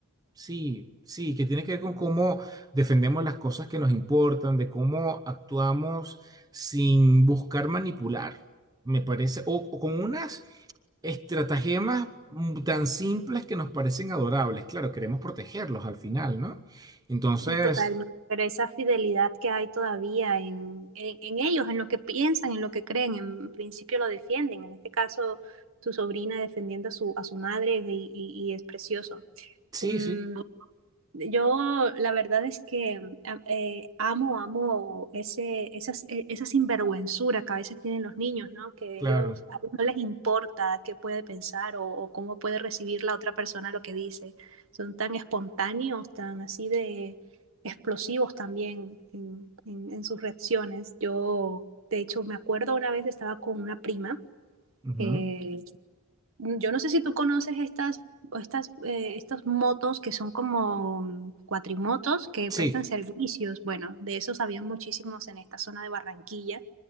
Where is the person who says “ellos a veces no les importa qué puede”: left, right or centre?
Right